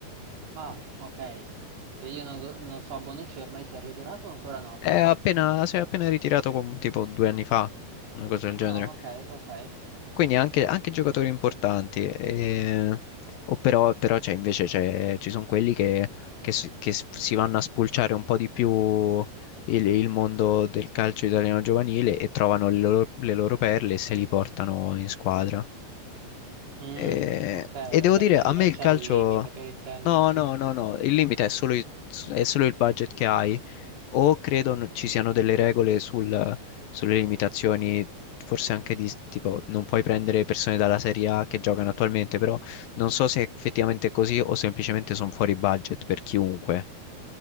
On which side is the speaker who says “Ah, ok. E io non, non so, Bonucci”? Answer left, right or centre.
Right